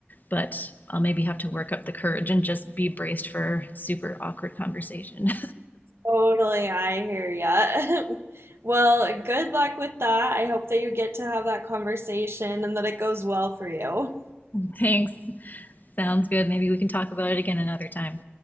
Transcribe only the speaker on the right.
Totally, I hear ya. <laughs> Well, good luck with that. I hope that you get to have that conversation and that it goes well for you.